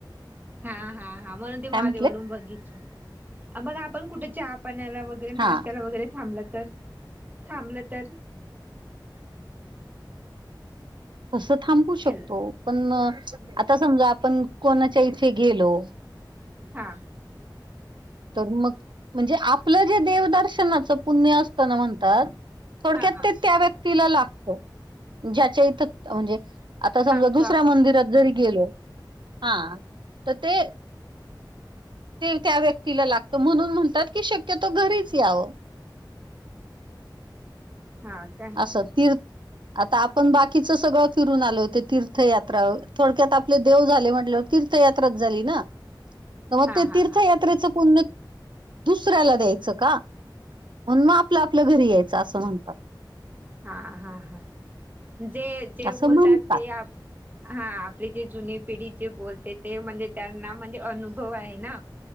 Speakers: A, on the right; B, on the right.
A: हा हा हा म्हणून ते
B: काय
A: मागे
B: म्हटले
A: वडून बघितले. बग आपण कुठं चहा पाण्याला ब वगैरे नाश्त्याला
B: हा
A: वगैरे थांबलं तर थांबलं तर.
B: तसं थांबू शकतो
A: हॅलो
B: पण आता समजा आपण कोणाच्या इथे गेलो.
A: हा.
B: तर मग म्हणजे आपलं जे देवदर्शनाचं पुण्य असताना म्हणतात थोडक्यात
A: हा हा
B: ते त्या व्यक्तीला लागतो, ज्याच्या इथं म्हणजे, आता समजा
A: थांबतो
B: दुसऱ्या
A: आपण
B: मंदिरात जरी गेलो, हा, तर ते ते त्या व्यक्तीला लागतं, म्हणून म्हणतात की शक्यतो घरीच यावं.
A: हा. काय
B: असं तीर्थ आता आपण बाकीचं सगळं फिरून आलो, ते तीर्थयात्रा, थोडक्यात आपले देव झाले, म्हटल्या वर तीर्थयात्रा तीर्थयात्राच झाली ना? तर मग
A: हा
B: ते
A: हा
B: तीर्थयात्रेचं
A: हा
B: पुण्य, दुसऱ्याला द्यायचं का? म्हणून मग आपल्या आपल्या घरी यायचं, असं म्हणतात.
A: हा हा हा, जे जे
B: असं
A: बोलतात
B: म्हणतात
A: ते हा, आपली जे जुनी पिढी जे बोलते, ते म्हणजे त्यांना म्हणजे, अनुभव आहे ना.